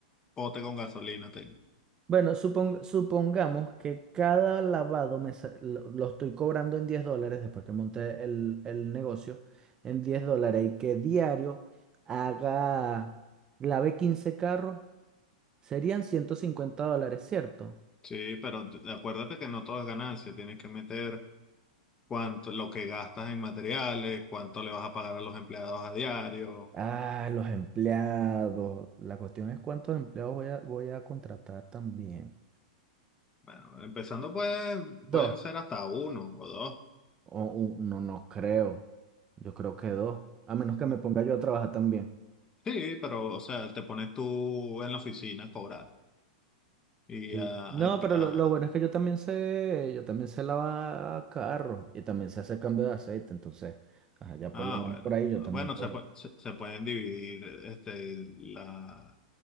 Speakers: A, on the left; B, on the right.
A: pote con gasolina tengo.
B: Bueno, supong- supongamos que cada lavado me sa- lo, lo estoy cobrando en diez dólares después que monté el, el negocio en 10 dólares y que diario haga, lave 15 carros, serían 150 dólares, ¿cierto?
A: Sí, pero t- acuérdate que no todo es ganancia, tienes que meter cuánto, lo que gastas en materiales, cuánto le vas a pagar a los empleados a diario.
B: Ah, los empleados. La cuestión es cuántos empleados voy a, voy a contratar también.
A: Bueno, empezando pues
B: Dos.
A: pueden ser hasta uno o dos.
B: O u- uno no creo. Yo creo que dos. A menos que me ponga yo a trabajar también.
A: Sí, pero o sea, te pones tú en la oficina a cobrar y
B: Sí.
A: a,
B: No,
A: a imp-
B: pero
A: a-
B: lo, lo bueno es que yo también sé, yo también sé lavar carro y también sé hacer cambio de aceite. Entonces, ajá, ya
A: ah,
B: por lo menos
A: bueno,
B: por ahí yo también
A: bueno,
B: puedo.
A: se, pu- se, se pueden dividir este la